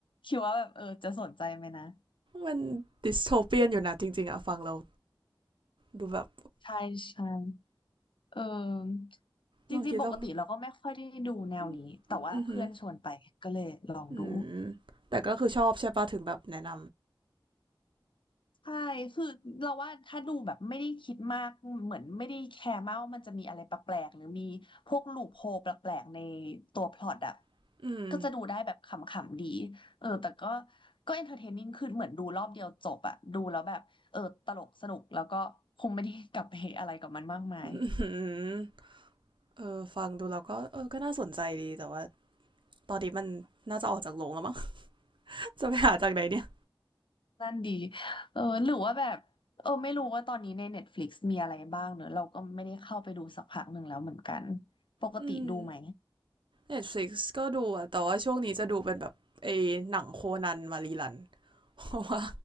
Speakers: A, on the left (about 70°); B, on the right (about 70°).
A: คิดว่าแบบเออจะสนใจไหมนะ
B: มันดิสโทเปียนอยู่นะจริงๆอะฟังแล้วดูแบบ
A: ใช่ใช่เออจริงๆปกติเราก็ไม่ค่อยได้ดูแนวนี้แต่ว่าเพื่อนชวนไปก็เลยลองดู
B: ลองคิดซะว่าอืมอหืมอมอืมแต่ก็คือชอบใช่ปะถึงแบบแนะน
A: ใช่คือเราว่าถ้าดูแบบไม่ได้คิดมาก เหมือนไม่ได้แคร์มากว่ามันจะมีอะไรแปลกๆหรือมีพวกลูปโฮลแปลกๆในตัวพล็อตอ่ะ
B: ำ อืม
A: ก็จะดูได้แบบขำๆดีเออแต่ก็ก็เอนเตอร์เทนนิ่งขึ้นเหมือนดูรอบเดียวจบอ่ะดูแล้วแบบเออตลกสนุกแล้วก็คงไม่ได้กลับไปอะไรกับมันมากมาย
B: อืมเออฟังดูแล้วก็เออก็น่าสนใจดีแต่ว่าตอนนี้มันน่าจะออกจากโรงแล้วมั้ง <laughs> จะไปหาจากไหนเนี่ย
A: นั่นดีเออหรือว่าแบบเออไม่รู้ว่าตอนนี้ใน Netflix มีอะไรบ้างเนอะเราก็ไม่ได้เข้าไปดูสักพักหนึ่งแล้วเหมือนกันปกติดูไหม
B: อืม Netflix ก็ดูอะแต่ว่าช่วงนี้จะดูเป็นแบบไอ้หนังโคนันมารีลัน <laughs> เพราะว่า